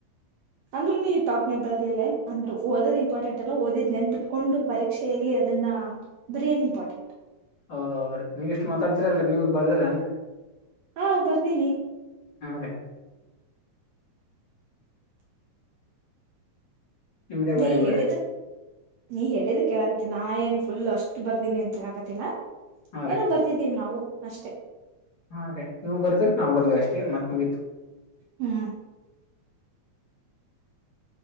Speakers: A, on the right; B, on the left.
A: ಅಂದ್ರುನು ಈ ಟಾಪ್ನೇ ಬರ್ಲಿಲ್ಲೇನ್ ಅಂದ್ರು ಓದೋದ್ ಇಂಪಾರ್ಟೆಂಟ್ ಅಲ್ಲ ಓದಿದ್ ನೆನ್ಪಿಟ್ಕೊಂಡು ಪರೀಕ್ಷೆಯಲ್ಲಿ ಅದ್ ದನ್ನ ಬರಿಯದ್ ಇಂಪಾರ್ಟೆಂಟ್.
B: ಹೌದೌದ್ರೀ ನೀವಿಷ್ಟ್ ಮಾತಾಡ್ತೀರಲ್ರಿ ನೀವಿದ್ ಬರ್ದಿರ ಅನ್ರಿ.
A: ಹಾ ಬರ್ದೀನಿ.
B: ರೀ ನಿಮ್ದೇ ಭಾರಿ
A: ನೀ
B: ಬಿಡ್ರಿ.
A: ಹೇಳಿದ ನೀ ಹೇಳಿದಕ್ಕ್ ಹೇಳಾಕತಿನ್ ನಾ ಏನ್ ಫುಲ್ ಅಷ್ಟು ಬರ್ದೀನಿ ಅಂತ ಹೇಳಾಕತಿಲ್ಲ.
B: ಹಾ ರೀ
A: ಏನೋ ಬರ್ದಿದ್ದೀವ್ ನಾವು ಅಷ್ಟೆ.
B: <unintelligible> ನೀವು ಬರ್ದಿರೋಕ್ ನಾವು ಬರ್ದಿವ್ ಅಷ್ಟೇ ಮತ್ ಮುಗಿತು.
A: ಹ್ಮ್.